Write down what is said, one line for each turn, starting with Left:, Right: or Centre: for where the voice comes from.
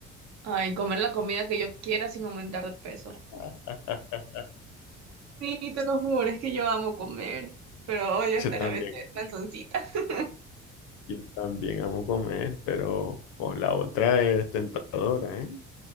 Right: Ay, comer la comida que yo quiera sin aumentar de peso.
Left: <laughs>
Right: Sí, te lo juro, es que yo amo comer, pero odio estar
Left: Yo también,
Right: a veces cansoncita. <laughs>
Left: yo también amo comer, pero pues, la otra es tentadora, ¿eh?